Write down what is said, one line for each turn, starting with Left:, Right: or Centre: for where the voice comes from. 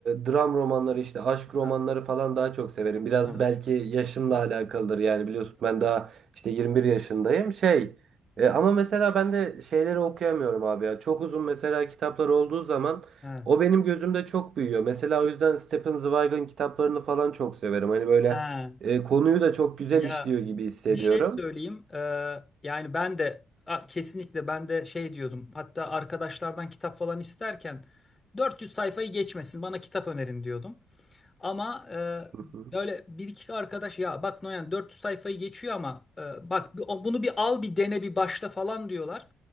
Right: dram romanları işte aşk romanları
Left: Ha,
Right: falan daha çok severim. Biraz
Left: aha,
Right: belki yaşımla alakalıdır yani biliyorsun ben daha işte 21 yaşındayım şey e, ama mesela ben de şeyleri okuyamıyorum abi ya çok uzun mesela kitaplar olduğu zaman
Left: evet.
Right: o benim gözümde çok büyüyor. Mesela o yüzden Stephen Zweig'ın kitaplarını falan çok severim hani böyle
Left: Ha,
Right: e, konuyu da çok güzel
Left: ya
Right: işliyor gibi hissediyorum.
Left: Bir şey söyleyeyim. Ee, yani ben de a- kesinlikle ben de şey diyordum. Hatta arkadaşlardan kitap falan isterken 400 sayfayı geçmesin bana kitap önerin diyordum. Ama e,
Right: Hı hı.
Left: böyle bir iki arkadaş ya bak Noyan 400 sayfayı geçiyor ama e, bak bir- o- bunu bir al bir dene bir başla falan diyorlar.